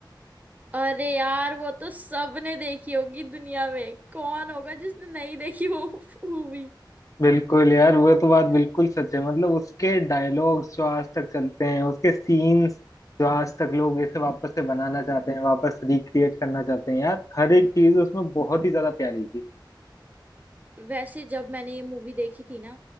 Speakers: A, on the right; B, on the left.
A: अरे यार वो तो सबने देखी होगी दुनिया में कौन होगा जिसने नहीं देखी वो मूवी
B: बिल्कुल यार वो
A: <laughs>
B: तो बात बिल्कुल सच है मतलब उसके डायलॉग्स जो आज तक चलते हैं उसके सीन्स जो आज तक लोग इसे वापस से बनाना चाहते हैं वापस रिक्रिएट करना चाहते हैं यार हर एक चीज उसमें बहुत ही ज्यादा प्यारी थी
A: वैसे जब मैंने ये मूवी देखी थी ना